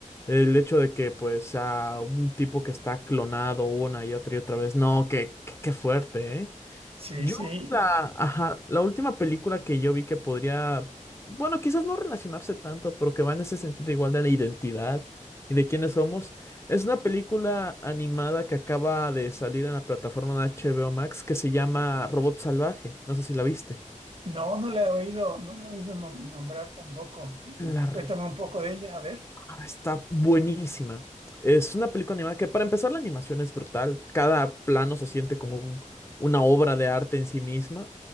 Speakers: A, on the left (about 20°); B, on the right (about 45°).
A: el hecho de que, pues, a un tipo que está clonado una y otra y otra vez. No, qué, qué, qué fuerte, ¿eh?
B: Sí,
A: Yo,
B: sí.
A: la, ajá, la última película que yo vi que podría, bueno, quizás no relacionarse tanto, pero que va en ese sentido igual de la identidad y de quiénes somos, es una película animada que acaba de salir en la plataforma de HBO Max que se llama Robot Salvaje. No sé si la viste.
B: No, no le he oído, no le he oído nom- nombrar tampoco.
A: La,
B: Y tú Cuéntame un poco de ella, a ver.
A: Ah, Está buenísima. Es una película animada que para empezar la animación es brutal. Cada plano se siente como un- una obra de arte en sí misma.